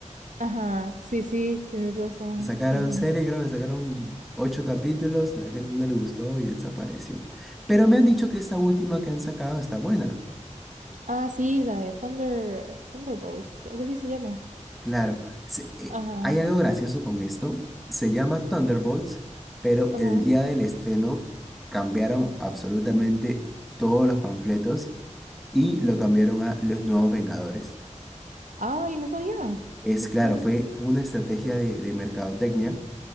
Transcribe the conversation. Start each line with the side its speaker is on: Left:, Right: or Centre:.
Right: Ajá, sí, sí, tienes razón.
Centre: Sacaron
Right: Ujú,
Centre: serie, creo que sacaron ocho capítulos, la gente no le gustó y desapareció. Pero me han
Right: ujú.
Centre: dicho que esta última que han sacado está buena.
Right: Ah, sí, la de Thunder, Thunderbolts, algo así se llama.
Centre: Claro, se- eh,
Right: Ajá,
Centre: hay algo gracioso con esto. Se llama Thunderbolts, pero
Right: ajá.
Centre: el día del estreno cambiaron absolutamente todos los panfletos y lo cambiaron a Los Nuevos Vengadores.
Right: Ay, no sabía.
Centre: Es
Right: Qué
Centre: claro,
Right: cool.
Centre: fue, fue una estrategia
Right: <laughs>
Centre: de, de mercadotecnia,